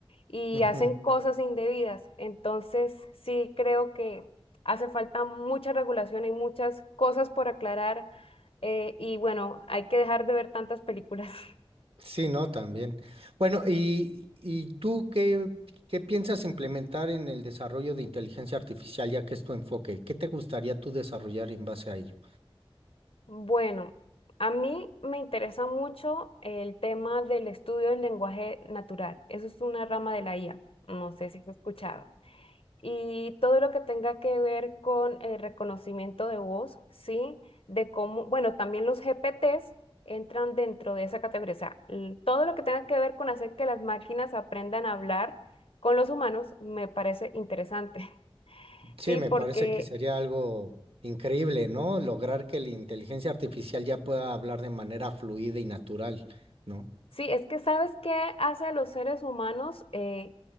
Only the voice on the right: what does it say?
Ujú.
Sí, no, también. Bueno, ¿y, y tú qué, qué piensas implementar en el desarrollo de inteligencia artificial, ya que es tu enfoque? ¿Qué te gustaría tú desarrollar en base a ello?
Sí,
me
parece que sería algo increíble, ¿no? Lograr que la inteligencia artificial ya pueda hablar de manera fluida y natural, ¿no?